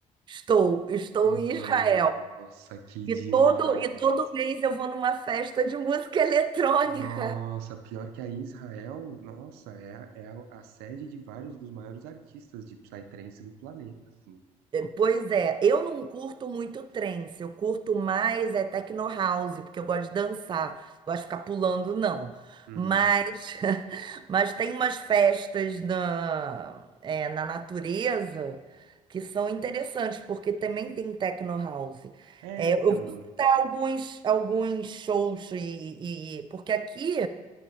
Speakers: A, on the right; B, on the right.
A: Estou, estou
B: Nossa,
A: em Israel.
B: que
A: E
B: demais.
A: todo, e todo mês eu vou numa festa de música eletrônica.
B: Nossa, pior que a Israel, nossa, é, a- é a, a sede de vários dos maiores artistas de psytrance do planeta, assim.
A: É, Pois é, eu não curto muito trance, eu curto mais é techno house, porque eu gosto de dançar, gosto de ficar pulando, não.
B: Uhum.
A: Mas, <laughs> mas tem umas festas na, é, na natureza que são interessantes, porque também tem techno house.
B: É,
A: É,
B: então,
A: eu vou citar alguns, alguns shows, e, e- porque aqui